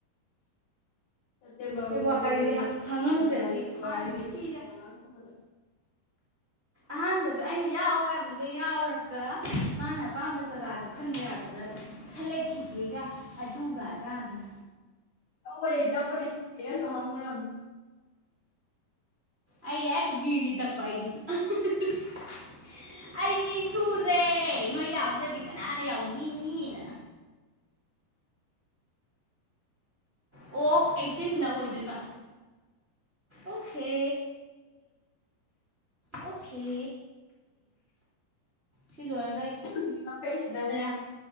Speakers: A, on the left (about 65°); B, on the right (about 25°).
A: ꯁꯦꯞꯇꯦꯝꯕꯔ
B: ꯐꯦꯕꯋꯥꯔꯤꯁꯦ
A: ꯑꯣꯇꯣꯕꯥꯔ ꯅꯣꯚꯦꯝꯕꯔ ꯗꯤꯁꯦꯝꯕꯔ
B: ꯍꯥꯡꯉꯝꯗ꯭ꯔꯗꯤ
A: ꯖꯅꯨꯋꯔꯤ ꯒꯦꯕꯨꯋꯔꯤ
B: ꯃꯥꯅ ꯃꯤꯊꯤꯗ
A: ꯃꯉꯥ ꯁꯨꯕꯗꯥ
B: ꯑꯍꯥꯟꯕꯗꯣ ꯑꯩꯅ ꯌꯥꯎ ꯍꯥꯏꯕꯗꯨꯗ ꯌꯥꯎꯔꯒ ꯃꯥꯅ ꯑꯄꯥꯝꯕ ꯖꯒꯥꯗꯣ ꯈꯟꯕ ꯌꯥꯗꯕ꯭ꯔꯕ ꯈꯜꯂꯛꯈꯤꯒꯦꯒ ꯑꯗꯨꯒ ꯑꯗꯥꯒꯅ
A: ꯇꯧꯕꯅꯤ ꯇꯧꯕꯅꯤ ꯆꯦꯍꯟ ꯁꯨ ꯍꯪꯂꯨꯔꯕꯅꯤ
B: ꯑꯩ ꯍꯦꯛ ꯒꯤꯔꯒꯤ ꯇꯛꯄ ꯑꯩꯗꯤ ꯍꯥ ꯍꯥ ꯍꯥ ꯑꯩ ꯃꯤ ꯁꯨꯗ꯭ꯔꯦ ꯅꯣꯏ ꯌꯥꯎꯗ꯭ꯔꯗꯤ ꯀꯅꯥꯅ ꯌꯥꯎꯕꯤꯅꯤꯅ ꯑꯣ ꯑꯩꯇꯤꯟꯗ ꯑꯣꯏꯗꯣꯏꯕ ꯑꯣꯈꯦ ꯑꯣꯈꯦ ꯁꯤ ꯂꯣꯏꯔ
A: ꯃꯤ ꯃꯈꯩꯁꯤꯅꯅꯦ